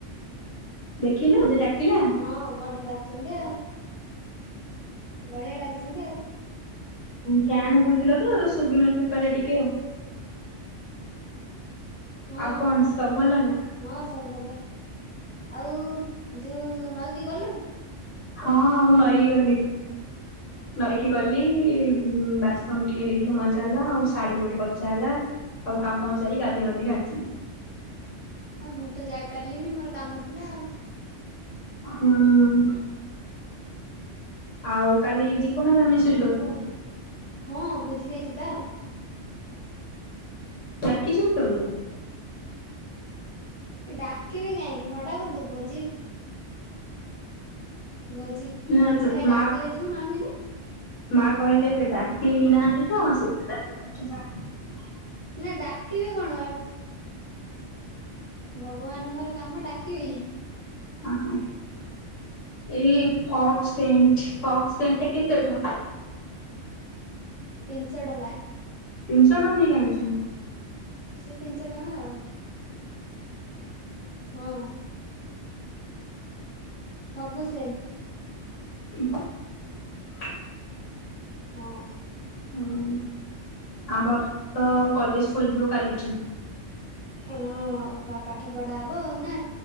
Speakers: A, on the left; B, on the left.
A: ଦେଖିଲୁ ସେ ଡାକିଲା <unintelligible>
B: ହଁ ବଢିଆ ଡାକୁଛନ୍ତି ଆଉ। ବଢିଆ ଡାକୁଛନ୍ତି ଆଉ।
A: ଫ୍ୟାନ୍ ବୁଲଥିଲା ତ, ତ ଶୁଭି ନଥାପାରେ ଟିକେ ଆଉ।
B: ହଁ
A: ଆଉ କଣ ସବୁ ଭଲ ନା?
B: ହଁ ସବୁ ଭଲ। ଆଉ ଯୋଉ ନଈକି ଗଲୁ?
A: ହଁ ମୁଁ ନଈକି ଗଲି। ନଈକି ଗଲି ଉଁ, ବାସନ ଟିକେ ନେଇଥିଲୁ ମଜା ହେଲା ଆଉ ଶାଢୀ କ ଗୋଟେ କଚା ହେଲା ସବୁ କାମ ଫାମ ସାରି ଗାଧେଇ ଫାଧେଇ ଆସିଲି।
B: ହଁ ମୁଁ ତ ଯାଇପାରିଲିନି ମୋର କାମ ଥିଲା ଆଉ।
A: ହୁଁ। ଆଉ କାଲି ଯିବ ନା ବେ ଆମେ ତୁ ଯିବାକୁ
B: ହଁ ଭୋଜି ଖାଇ ଯିବା ଆଉ।
A: ଡାକିଛନ୍ତି ତୋମକୁ?
B: ଏ ଡାକିବେ କାହିଁକି ନ ଡାକନ୍ତୁ ଭୋଜି ଭୋଜି
A: ନା
B: ଭୋଜି ଖାଇ
A: ମା
B: ଡାକିଲେ ଯିବୁ ନହେଲେ ନାଇଁ।
A: ମା କହିଲେ ଡାକି ନାହାନ୍ତି ତ ସେଥିପାଇଁ <unintelligible>
B: ନା ଡାକିବେ କଣ ଭଗବାନଙ୍କର କାମ ଡାକିବି।
A: ଅଁ, ହୋ ଏଇ ଫଗ୍ ସେଣ୍ଟ ଫଗ୍ ସେଣ୍ଟ ଟା କେତେ ଟଙ୍କା?
B: ତିନିଶ ଟଙ୍କା।
A: ତିନିଶ ଟଙ୍କା ନେଇକି ଆଣିଛୁ।
B: ସେ ତିନିଶ ଟଙ୍କା ଆଉ ହଁ। ସବୁ ସେମ୍।
A: <unintelligible>
B: ହଁ।
A: ହଁ ଆମର ତ କଲେଜ୍ ଖୋଲିଯିବ କାଲିଠୁ।
B: ଏ ହଁ ଆଉ ପା-ପାଠ ପଢା ହବ ନା।